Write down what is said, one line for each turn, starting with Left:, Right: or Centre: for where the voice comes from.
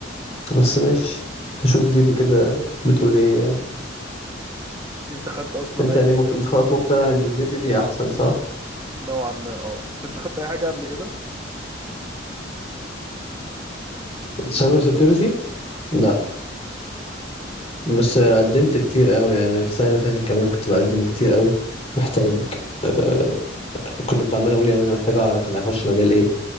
Left: بس ماشي هشوف ديبي كده بتقول ايه يعني.
Right: انت خدت اصلا
Left: انت
Right: اي
Left: يعني مكت... انت خلاص مقتنع ان الديبي دي احسن صح؟
Right: نوعا ما اه بس انت خدت اي حاجة قبل كده
Left: سايبر سيكيورتي؟ لا بس قدمت كتير قوي يعني السنة اللي فاتت كمان كنت بقدم كتير قوي محتاج آه، كل كنت عمال اقول يعني انا محتاج اعرف انا هخش مجال ايه